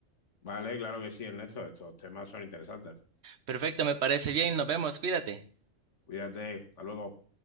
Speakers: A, on the left; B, on the right.
A: Vale, claro que sí, Ernesto. Estos temas son interesantes.
B: Perfecto, me parece bien, nos vemos, cuídate.
A: Cuídate. Hasta luego.